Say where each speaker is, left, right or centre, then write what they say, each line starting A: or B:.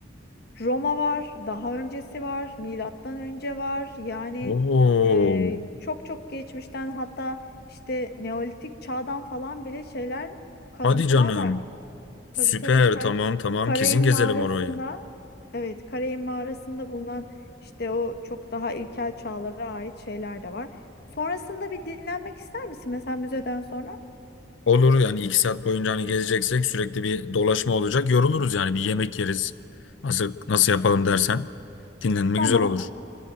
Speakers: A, on the left (about 55°); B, on the left (about 75°).
A: Roma var, daha öncesi var, milattan önce var. Yani
B: Oo.
A: e, çok çok geçmişten hatta işte Neolitik çağdan falan bile şeyler kalıntılar
B: Hadi canım.
A: var.
B: Süper
A: Tabii tabii Ka-
B: tamam tamam
A: Karayın
B: kesin gezelim
A: mağarasında
B: orayı.
A: evet Karayın mağarasında bulunan işte o çok daha ilkel çağlara ait şeyler de var. Sonrasında bir dinlenmek ister misin mesela müzeden sonra?
B: Olur yani iki saat boyunca hani gezeceksek sürekli bir dolaşma olacak. Yoruluruz yani bir yemek yeriz. Nasıl, nasıl yapalım dersen dinlenme
A: Tamam.
B: güzel olur.